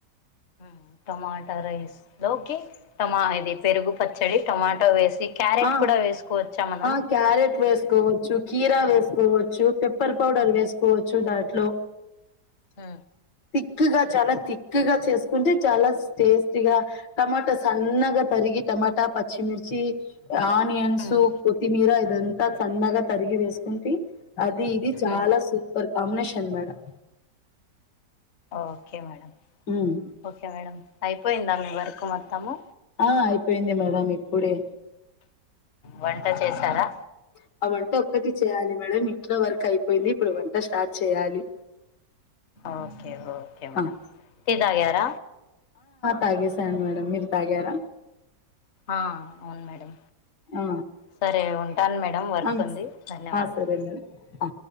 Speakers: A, on the left (about 45°); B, on the left (about 70°).
A: ఉమ్ టమాటా రైస్ లోకి టమా ఇది పెరుగు పచ్చడి టమాట వేస్ క్యారెట్
B: ఆ
A: కూడ వేసుకోవచ్చా మనము
B: ఆ క్యారెట్ వేసుకోవచ్చు కీరా వేసుకోవచ్చు పెప్పర్ పౌడర్ వేసుకోవచ్చు దాంట్లో
A: ఆ
B: తిక్గా చాల తిక్గ చేసుకుంటే చాలా టేస్టీగా టమాటా సన్నగా తరిగి ఈ టమాట పచ్చిమిర్చి ఆనియన్స్
A: ఉమ్
B: కొత్తిమీర ఇదంత సన్నగా తరిగి వేసుకుంటే అది ఇది చాల
A: ఉమ్
B: super combination madam
A: okay madam
B: ఉమ్.
A: ఓకే మేడం అయిపోయింద మీ వర్క్ మొత్తము
B: ఆ అయిపోయింది మేడం ఇప్పుడే
A: వంట చేశారా
B: <unintelligible> ఒక్కటి చేయాలి మేడం ఇట్లో వర్క్ అయిపోయింది ఇప్పుడు వంట స్టార్ట్ చేయాలి
A: ఓకే ఓకే మేడం
B: ఆ,
A: టీ తాగార
B: తాగేశాన్ మేడం మీరు తాగ్యార
A: ఆ ఆ అవున్ మేడం
B: ఆ,
A: సరే ఉంటాన్ మేడం వర్కుంది
B: ఆ,
A: ధన్యవాదాలు
B: ఆ, సరే మేడం ఆ